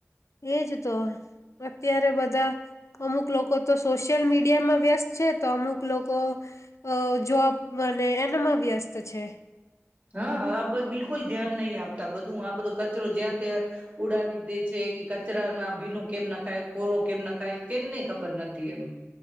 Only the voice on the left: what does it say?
એજ તો અત્યારે બધા અમુક લોકો તો સોશિયલ મીડિયામાં વ્યસ્ત છે તો અમુક લોકો અ જોબ અને એનામાં વ્યસ્ત છે.